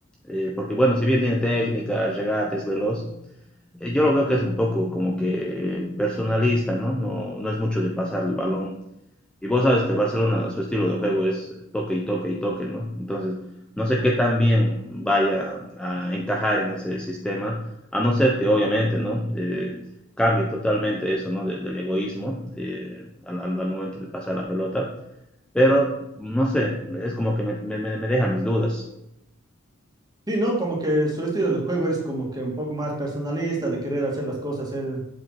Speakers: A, in the centre; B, on the right (about 20°).
A: eh, porque bueno, si bien tiene técnica, regate, es veloz, eh, yo lo veo que es un poco como que personalista, ¿no? No, no es mucho de pasar el balón. Y vos sabes que el Barcelona, su estilo de juego es toque y toque y toque, ¿no? Entonces, no sé qué tan bien vaya a encajar en ese sistema, a no ser que obviamente, ¿no? Eh, cambie totalmente eso, ¿no? Del, del egoísmo eh, al, al- al momento de pasar la pelota. Pero, no sé, es como que me, me- me- me deja mis dudas.
B: Sí, ¿no? Como que su estilo de juego es como que un poco más personalista, de querer hacer las cosas él,